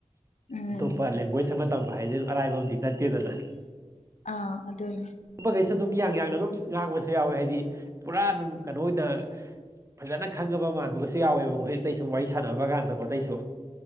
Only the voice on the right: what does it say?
ꯑꯇꯣꯞꯄ ꯂꯦꯡꯒ꯭ꯋꯦꯖ ꯑꯃ ꯇꯝꯕ ꯍꯥꯏꯁꯦ ꯑꯔꯥꯏꯕ ꯑ ꯅꯠꯇꯦꯗꯅ
ꯕꯈꯩꯁꯨ ꯑꯗꯨꯝ ꯌꯥꯡ ꯌꯥꯡꯅ ꯑꯗꯨꯝ ꯉꯥꯡꯕꯁꯨ ꯌꯥꯎꯏꯦ ꯍꯥꯏꯗꯤ ꯄꯨꯔꯥ ꯑꯗꯨꯝ ꯀꯩꯅꯣ ꯑꯣꯏꯗ ꯐꯖꯅ ꯈꯪꯉꯕ ꯃꯥꯟꯕꯒꯁꯨ ꯌꯥꯎꯋꯦꯕꯀꯣ ꯍꯧꯖꯤꯛꯇꯩꯁꯨ ꯋꯥꯔꯤ ꯁꯥꯟꯅꯕ ꯀꯥꯟꯗꯀꯣ ꯑꯇꯩꯁꯨ